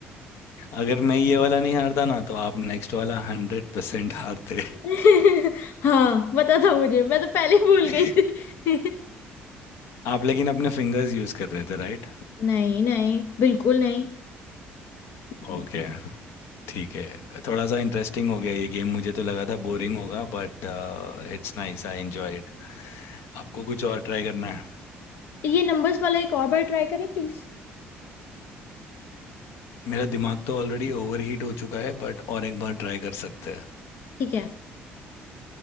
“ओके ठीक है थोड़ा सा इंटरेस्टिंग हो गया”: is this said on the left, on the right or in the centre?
Left